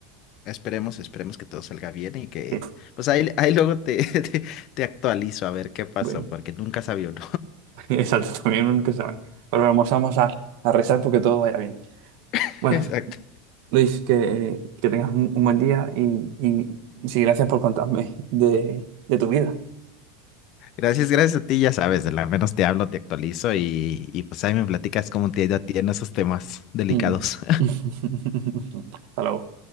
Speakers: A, on the left; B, on the right.
A: Esperemos, esperemos que todo salga bien y que,
B: Sí,
A: pues ahí, ahí luego te, <laughs> te, te actualizo a ver qué pasó
B: bueno,
A: porque nunca sabía uno.
B: <laughs> Exacto, también nunca sabe. Pero vamos, vamos a, a rezar porque todo vaya bien.
A: <laughs>
B: Bueno.
A: Exacto.
B: Luis, que, que tengas un, un buen día y, y, y sí, gracias por contarme de, de tu vida.
A: Gracias, gracias a ti, ya sabes, de la menos te hablo, te actualizo y, y pues ahí me platicas cómo te ha ido a ti en esos temas delicados.
B: Mm. <laughs> Hasta luego.